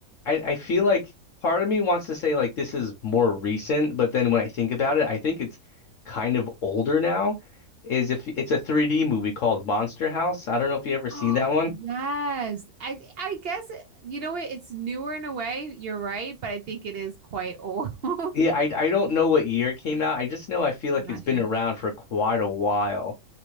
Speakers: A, on the left (about 65°); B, on the right (about 60°).
A: I I feel like part of me wants to say like this is more recent, but then when I think about it, I think it's kind of older now. Is if it's a 3D movie called Monster House. I don't know if you ever
B: Oh,
A: seen that one.
B: yes. I I guess you know what? It's newer in a way. You're right, but I think it is quite old. <laughs> I'm
A: Yeah, I I don't know what year it came out. I just know I feel like
B: not
A: it's been
B: sure.
A: around for quite a while.